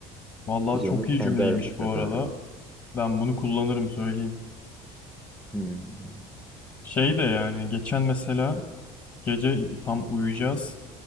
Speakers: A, on the left; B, in the centre.
A: Vallahi
B: Biz
A: çok
B: onu
A: iyi
B: kendi
A: cümleymiş
B: aramızda
A: bu arada.
B: döndürdük.
A: Ben bunu kullanırım söyleyeyim.
B: Hmm.
A: Şey de yani geçen mesela geceydi tam uyuyacağız.